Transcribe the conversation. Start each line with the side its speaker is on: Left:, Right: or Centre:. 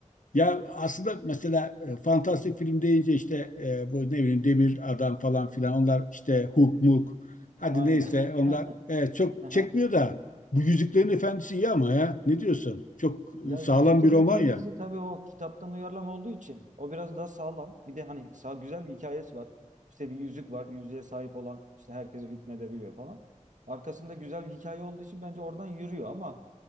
Left: Ya aslında mesela e, fantastik film deyince işte e, bu ne bileyim Demir Adam falan filan onlar işte Hook Mook hadi
Right: Aynen.
Left: neyse onlar
Right: <laughs>
Left: e, çok
Right: Aha.
Left: çekmiyor da bu Yüzüklerin Efendisi iyi ama ya ne diyorsun? Çok
Right: Ya
Left: e, sağlam
Right: Yüzüklerin
Left: bir roman
Right: Efendisi
Left: ya.
Right: tabii o kitaptan uyarlama olduğu için o biraz daha sağlam. Bir de hani sağ güzel bir hikayesi var. İşte bir yüzük var. Yüzüğe sahip olan işte herkese hükmedebiliyor falan. Arkasında güzel bir hikaye olduğu için bence oradan yürüyor ama